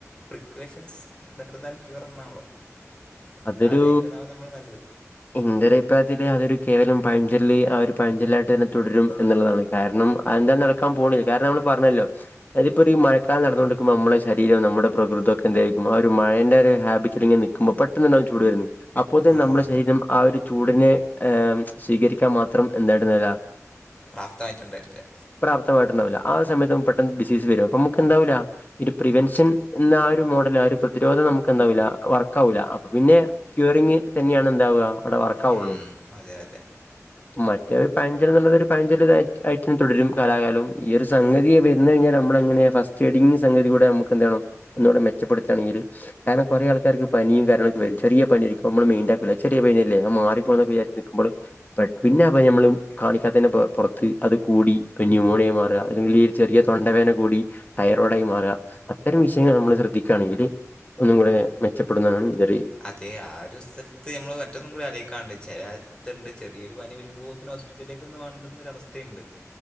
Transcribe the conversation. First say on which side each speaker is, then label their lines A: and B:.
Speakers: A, on the left; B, on the left.
A: പ്രക്കൊക്ഷൻസ് ബെറ്റർ ദാൻ ക്യൂർ എന്നാണല്ലോ അത്
B: അതൊരു
A: ആലോചിക്കുന്നതാവും നമ്മൾ നല്ലത്
B: എന്റെ ഒരു അ പ്രയത്തിൽ അതൊ കേവലം പഴഞ്ചെല് ആ ഒരു പഴഞ്ചെല്ലായിട്ട് തന്നെ തുടരും എന്നുള്ളതാണ് കാരണംഅഎന്താ നടക്കാ പോണ് കാരണം നമ്മൾ പറഞ്ഞല്ലോ അതിപ്പോ മഴക്കാലം നടന്നുകൊടുക്കുമ്പ നമ്മുടെ ശരീരം നമ്മടെ പ്രകൃതംഒക്കെ എന്തും ആ ഒരു മഴന്റെ ഒരു ഹാബറ്റിൽ ഇങ്ങെ നിൽക്കുമ്പൾപ്പോം പെട്ടെന്ന് ട്ടൻന്ന് ചൂട് വരുന്നത് അപ്പോ തന്നെ
A: ആ
B: നമ്മുടെ
A: ആ
B: ശരീരം ആ ഒരു ചൂടിനെ് സ്വീകരിക്കാൻ മാത്രം എന്ത പെട്ടെന്നത്
A: പ്രാപ്തമായിട്ടുണ്ടായിരിക്കുക
B: പ്രാപ്തമായിട്ടുന്ന വില ആ സമയത്ത് പെട്ടെന്ന് ഡിസീസ് വരും അപ്പൊ നമുക്ക് എന്താവൂ ഇ ഒരു പ്രിവെൻഷൻ എന്ന ആ ഒരു മോഡൽ ആ ഒരു പ്രതിരോധം നമുക്ക് എന്താവൂല വർക്കാവുല്ല അപ്പ പിന്നെ ക്യറിഗ് തന്നെയാണ് അവിടെ വർക്കുള്ളൂ
A: ഉം അതെ അതെ
B: മറ്റേ പാഞ്ചല് എന്നുള്ളൊരു പാഞ്ചല്യിട്ട തന്നെ തുടരും കലാകാലം ഈയ ഒരു സംഗതിയെ വരുന്നു കഴിഞ്ഞാൽ നമ്മ സ്റ്റ് എങ് സംഗതി കൂടെ ന എൂടെ മെച്ചപ്പെടുുകയാണെങ്ക കാരണം കുറേ ആൾക്കാർക്ക് പനിയും കാരള് ചെറിയ പനിരിക്ക്പ നമ്മള് മൈൻഡ് ആകുല ചെറിയ പനിയ അല്ലേ അത് മാറി പോവല്ലോന്ന് വിചാരിച്ച് നിൽക്കുമ്പോൾ പിന്നെ ആ പനി നമ്മള് കാണിക്കാത്തെ പുറത്ത് അത് കൂടി ന്യൂമോണിയ മാറുക അല്ലെങ്കിൽ ചെറിയ തൊണ്ടവേന കൂടി തയറോയ്ഡായി മാറുക അത്തരം വിഷയങ്ങൾ നമ്മള് ശ്രദ്ധിക്കുകയാണെങ്കിൽ ഒന്നും കൂടെ മെച്ചപ്പെടുന്നതാണ് എന്റെ ഒരു ഇത്
A: അതെ ആ ഒരു സ്ഥലത്ത് നമ്മള് മറ്റൊന്നും കൂടി ആലേയിക്കാണ്ട് ചിലത്ണ്ട് ചെറിയൊരു പനി വരുമ്പോത്തനന് ഹോസ്പിറ്റലിലേക്ക് ഒന്ന് വേണ്ടുന്നരവസ്ഥയുണ്ട്